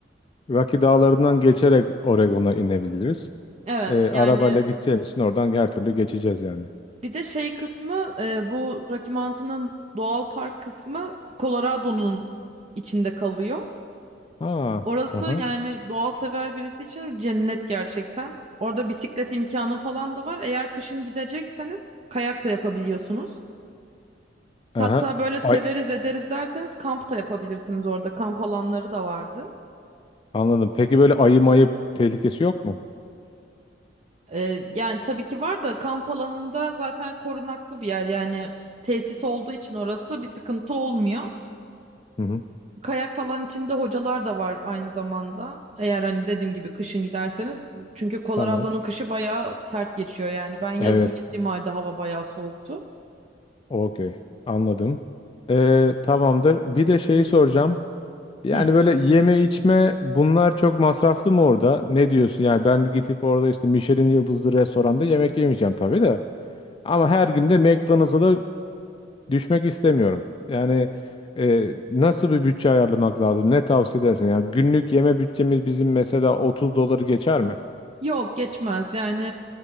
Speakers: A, on the left (about 30°); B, on the right (about 35°).
A: Rocky Dağları'ndan geçerek Oregon'a inebiliriz.
B: Evet
A: E,
B: yani
A: arabayla gideceğimiz için oradan her türlü geçeceğiz yani.
B: bir de şey kısmı e, bu Rocky Mountain'ın doğal park kısmı Colorado'nun içinde kalıyor.
A: Ha,
B: Orası
A: aha,
B: yani doğa sever birisi için cennet gerçekten. Orada bisiklet imkanı falan da var. Eğer kışın gidecekseniz kayak da yapabiliyorsunuz.
A: aha.
B: Hatta böyle severiz
A: Ay,
B: ederiz derseniz kamp da yapabilirsiniz orada. Kamp alanları da vardı.
A: anladım. Peki böyle ayı mayıp tehlikesi yok mu?
B: Ee, yani tabii ki var da kamp alanında zaten korunaklı bir yer. Yani tesis olduğu için orası bir sıkıntı olmuyor.
A: Hı hı,
B: Kayak falan içinde hocalar da var aynı zamanda. Eğer hani dediğim gibi kışın giderseniz. Çünkü Colorado'nun
A: tamam.
B: kışı bayağı sert geçiyor yani. Ben yazın
A: Evet,
B: gittiğim halde hava bayağı soğuktu.
A: okey. Anladım. E, tamamdır. Bir de şeyi soracağım. Yani
B: Hı.
A: böyle yeme içme bunlar çok masraflı mı orada? Ne diyorsun? Yani ben gidip orada işte Michelin yıldızlı restoranda yemek yemeyeceğim tabii de. Ama her gün de McDonald's'a da düşmek istemiyorum. Yani e, nasıl bir bütçe ayarlamak lazım? Ne tavsiye edersin? Yani günlük yeme bütçemiz bizim mesela 30 doları geçer mi?
B: Yok geçmez yani